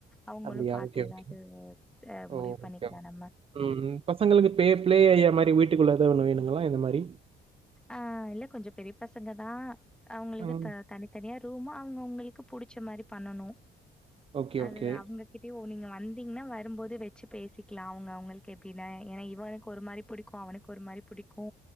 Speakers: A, in the centre; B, on the right.
A: அவுங்களு
B: அப்டியா
A: பாத்து
B: ஓகே
A: எதாவது
B: ஓகே
A: அ
B: ஓ
A: முடிவு பண்ணிக்லா
B: ஓகே
A: நம்ம
B: ம் ம் பசங்களுக்கு பே ப்ளே ஏரியா மாரி வீட்டுக்குள்ள எதா ஒன்னு வேணுங்களா இந்த மாரி
A: ஆ இல்ல கொஞ்ச பெரிய பசங்கதா அவுங்களுக்கு
B: ம்
A: த தனித்தனியா ரூமு அவுங்க அவுங்களுக்கு புடிச்ச மாரி பண்ணனு
B: ஓகே
A: அது
B: ஓகே
A: அவுங்க கிட்டயு நீங்க வந்தீங்கன்னா வரும்போது வச்சு பேசிக்லா அவுங்க அவுங்களுக்கு எப்டின்னா ஏன்னா இவனுக்கு ஒரு மாரி புடிக்கு அவனுக் க்கு ஒரு மாரி புடிக்கு